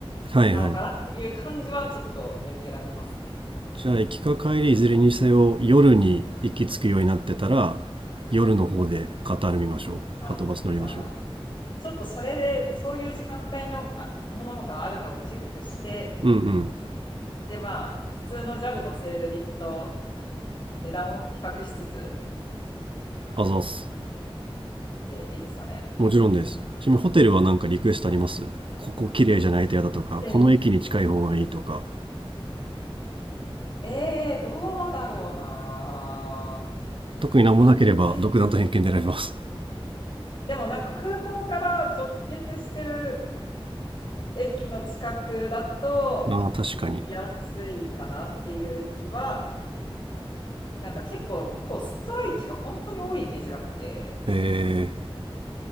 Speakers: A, on the right; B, on the left.
A: はいはい。
B: なのかなっていう感じはちょっと見受けられますね。
A: じゃあ、行きか帰りいずれにせよ、夜に行き着くようになってたら、夜の方でカタール見ましょう。
B: ああ、
A: はとバス乗りましょう。
B: じゃあ、ちょっとそれで、そういう時間帯のあものがあるかをチェックして、
A: うんうん。
B: で、まあ、普通のジャルのセール便と値段を比較しつつ
A: あざっす。
B: でいいですかね。
A: もちろんです。ちなみにホテルはなんかリクエストありますここ綺麗じゃないと嫌だとか、
B: あセール。
A: この駅に近い方がいいとか、
B: ええどうだろうな。
A: 特になんもなければ独断と偏見で選びます。
B: あんまり、でもなんか空港から直結してる駅の近くだと行きやすいかなっていう気は、
A: ああ、確かに。
B: なんか結構向こうストライキが本当に多いイメージがあって、
A: え